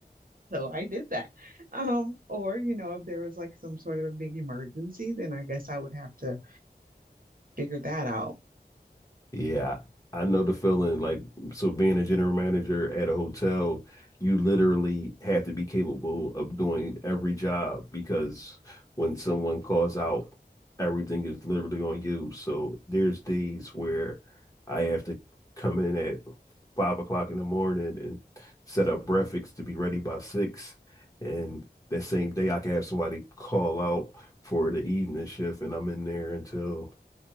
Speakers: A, on the right; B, on the left.
A: So I did that. Um, or, you know, if there was like some sort of a big emergency, then I guess I would have to figure that out.
B: Yeah, I know the feeling. Like, so being a general manager at a hotel, you literally have to be capable of doing every job because when someone calls out, everything is literally on you. So there's days where I have to come in at five o'clock in the morning and set up breakfast to be ready by six. And that same day, I can have somebody call out for the evening shift, and I'm in there until